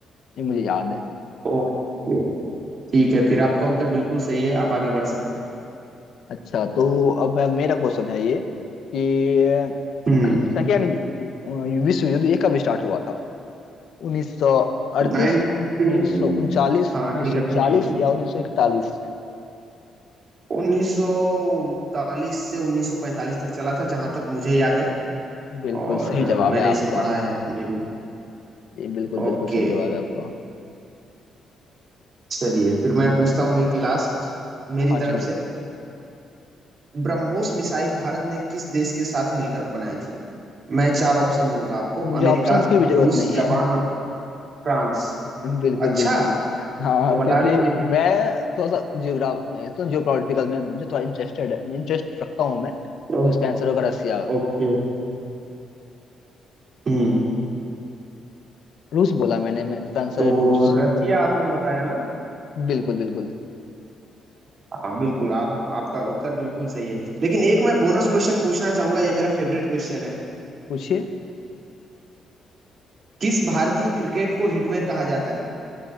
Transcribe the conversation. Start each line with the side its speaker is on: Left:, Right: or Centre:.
Left: ये मुझे याद है
Right: ओके ठीक है फिर आपका उत्तर बिल्कुल सही है आप आगे बढ़ सकते हैं
Left: अच्छा तो अब मैं- मेरा क्वेश्चन है ये कि
Right: हम्म
Left: सेकेंड यु- विश्व युद्ध ये कब स्टार्ट हुआ था 1938
Right: 19
Left: 1939
Right: हाँ
Left: 1940
Right: ठीक है पूछो पूछो
Left: या 1941
Right: 1939 से 1945 तक चला था जहां तक मुझे याद है
Left: बिल्कुल
Right: और
Left: सही
Right: अ,
Left: जवाब
Right: मैंने
Left: है आपका
Right: इसे पढ़ा है मे बी
Left: ये बिल्कुल बिल्कुल
Right: ओके
Left: सही जवाब है आपका
Right: चलिए फिर मैं पूछता हूँ एक लास्ट मेरी
Left: हाँ चलिए
Right: तरफ से ब्रह्मोस मिसाइल भारत ने किस देश के साथ मिलकर बनाई थी मैं चार ऑप्शन दूंगा आपको
Left: मुझे
Right: अमेरिका
Left: ऑप्शंस की भी जरूरत
Right: रूस
Left: नहीं है
Right: जापान और फ्रांस
Left: बिल्कुल
Right: अच्छा
Left: बिल्कुल हाँ
Right: तो बता
Left: क्योंकि
Right: दीजिए फिर
Left: मैं थोड़ा सा जियोग्राफ तो जियोपॉलिटिकल में मुझे थोड़ा इंटरेस्टेड है इंटरेस्ट रखता हूँ मैं
Right: ओ-
Left: तो इसका आंसर होगा रसिया
Right: ओके हम्म
Left: रूस बोला मैंने मैं इसका आंसर
Right: तो
Left: है रूस
Right: रसिया आपने बताया ना
Left: बिल्कुल बिल्कुल
Right: हाँ बिल्कुल आप आपका उत्तर बिल्कुल सही है लेकिन एक मैं बोनस क्वेश्चन पूछना चाहूंगा ये मेरा फेवरेट क्वेश्चन है
Left: पूछिए
Right: किस भारतीय क्रिकेट को हिटमैन कहा जाता है